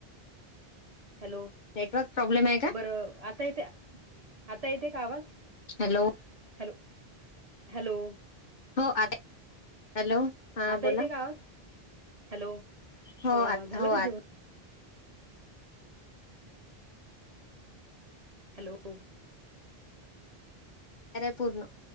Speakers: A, on the right (about 45°); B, on the left (about 55°).
A: हॅलो!
B: नेटवर्क प्रॉब्लेम आहे का
A: बरं आता येते? आता येते, का आवाज...
B: हॅलो!
A: हॅलो! हॅलो!
B: हो आए हॅलो हा
A: आता येते
B: बोला.
A: का आवाज हॅलो!
B: हो
A: ह...
B: आ
A: झालका
B: हो आता
A: जेवन हॅलो!
B: रायपूर न?